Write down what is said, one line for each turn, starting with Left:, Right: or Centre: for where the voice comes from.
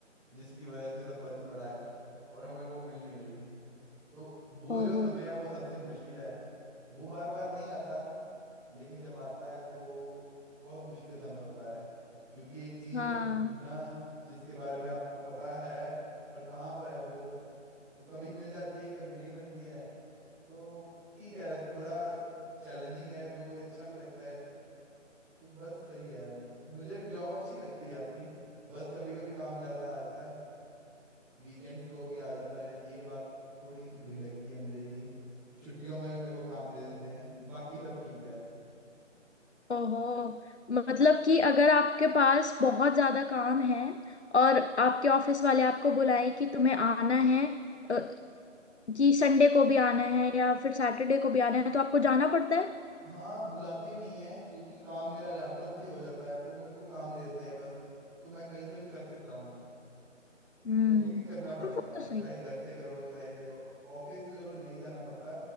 Centre: जिसकी वजह से सब बंद पड़ा है और हमें वो मिल नहीं रही तो वो
Left: ओहो
Centre: जो समय है वो सबसे मुश्किल है वो बार बार नहीं आता लेकिन जब आता है तो बहुत मुश्किल समय होता है क्योंकि एक चीज
Left: हाँ
Centre: को ढूंढना जिसके बारे में आपको पता है पर कहाँ पर है वो तो कभी मिल जाती है कभी नहीं मिलती है तो ठीक है थोड़ा चैलेंजिंग है जो अच्छा भी लगता है तो बस सही है मुझे भी जॉब अच्छी लगती है अपनी बस कभी कभी काम ज्यादा आ जाता है वीकेंड्स को भी आ जाता है ये बात थोड़ी सी बुरी लगती है मुझे कि छुट्टियों में भी मेरे को काम दे देते हैं <laughs> बाकी सब ठीक है
Left: ओहो मतलब कि अगर आपके पास बहुत ज्यादा काम है और आपके ऑफिस वाले आपको बुलाएं कि तुम्हें आना है अ, कि संडे को भी आना है या फिर सैटरडे को भी आना है तो आपको जाना पड़ता है
Centre: हाँ बुलाते नहीं है क्योंकि काम मेरा लैपटॉप से ही हो जाता है तो वो मेरे को काम देते हैं बस तो मैं कहीं से भी कर सकता हूँ
Left: हम्म
Centre: तो लेकिन करना पड़ता
Left: वो तो
Centre: है
Left: सही
Centre: चाहे घर से करो चाहे ऑफिस तो चलो नहीं जाना पड़ता है